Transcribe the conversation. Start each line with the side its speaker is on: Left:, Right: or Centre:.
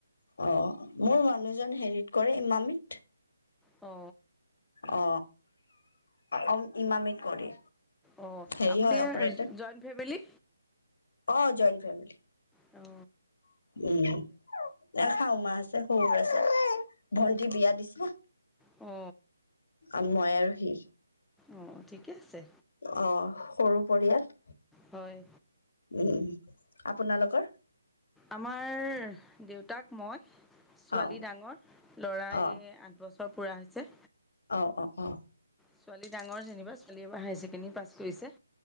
Left: অ'। মোৰ মানুহজন হেৰিত কৰে, ইমামিত।
Centre: অ।
Left: অ। অ ইমামিত কৰে।
Centre: অ।
Left: হেৰি
Centre: আপুনি
Left: হয় অপাৰেটৰ
Centre: জইণ্ট ফেমিলি?
Left: অ জইণ্ট ফেমিলি।
Centre: অ।
Left: উম। এ শাশুমা আছে, শশুৰ আছে, ভন্টি বিয়া দিছে।
Centre: অ।
Left: আ মই আৰু সি।
Centre: অহ ঠিকে আছে।
Left: অহ, সৰু পৰিয়াল।
Centre: হয়।
Left: উম। আপোনালোকৰ?
Centre: আমাৰ দেউতাক, মই। ছোৱালী
Left: অ',
Centre: ডাঙৰ, ল'ৰা
Left: অ',
Centre: এই আঠ বছৰ পুৰা হৈছে।
Left: অ অ অ।
Centre: ছোৱালী ডাঙৰ যেনিবা, ছোৱালীয়ে এইবাৰ হায়াৰ ছেকেণ্ডেৰী পাছ কৰিছে।